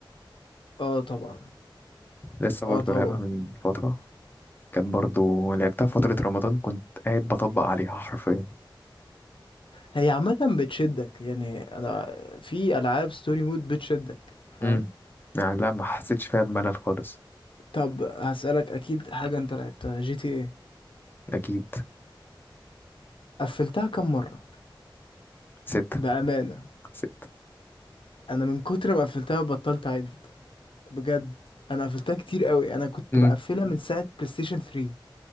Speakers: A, on the left; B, on the left.
A: اه طبعا
B: لسه برضه
A: اه طبعا
B: لعبها من فترة كانت برضه لعبتها فترة رمضان كنت قاعد بطبق عليها حرفيا
A: هي عامه بتشدك يعني انا في العاب ستوري مود بتشدك فاهم
B: امم يعني لا ما حسيتش فيها بملل خالص
A: طب هسألك اكيد حاجه انت لعبتها جي تي ايه
B: أكيد
A: قفلتها كم مره
B: ستة
A: بامانه
B: ستة
A: انا من كتر ما قفلتها بطلت اعد بجد انا قفلتها كتير قوي انا كنت
B: مم.
A: بقفلها من ساعه بلاي ستيشن 3